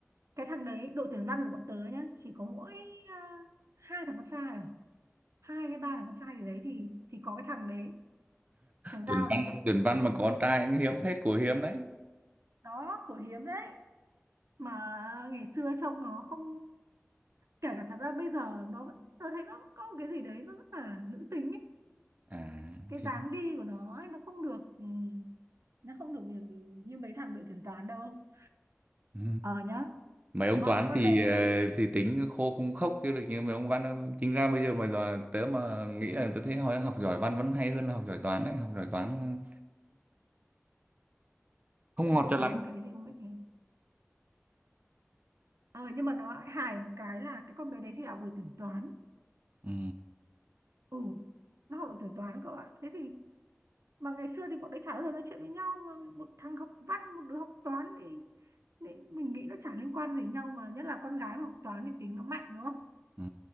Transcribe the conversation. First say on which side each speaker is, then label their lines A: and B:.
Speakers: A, on the right; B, on the right.
A: cái thằng đấy đội tuyển văn của bọn tớ nhá chỉ có mỗi ờ, hai thằng con trai à hai hay ba thằng con trai gì đấy thì thì có cái thằng đấy thằng Giao
B: tuyển
A: đấy
B: văn tuyển văn
A: ừ
B: mà có trai cũng hiếm phết của hiếm đấy
A: đó của hiếm đấy mà ngày xưa trông nó không kể cả thật ra bây giờ nó vẫn tớ thấy nó có một cái gì đấy nó rất là nữ tính ấy
B: à
A: cái
B: thì
A: dáng đi của nó ấy, nó không được ừm, nó không được như, như mấy thằng đội tuyển toán đâu
B: ừ.
A: ờ nhá
B: mấy ông
A: còn
B: toán
A: cái con
B: thì
A: bé đấy
B: ờ, thì tính khô không khóc chứ được như mấy ông văn đâu. chính ra bây giờ mà giờ tớ mà nghĩ là tớ thấy hồi học giỏi văn vẫn hay hơn là học giỏi toán đấy học giỏi toán không
A: không
B: ngọt
A: biết
B: cho
A: được
B: lắm
A: cái đấy thì không biết được ờ nhưng mà nó lại hài một cái là cái con bé đấy thì học đội tuyển toán
B: ừ
A: ừ nó học đội tuyển toán cậu ạ thế thì mà ngày xưa thì bọn đấy chả bao giờ nói chuyện với nhau mà một thằng học văn một đứa học toán thì nên mình nghĩ nó chả liên quan gì nhau mà nhất là con gái mà học toán thì tính nó mạnh đúng không
B: ừ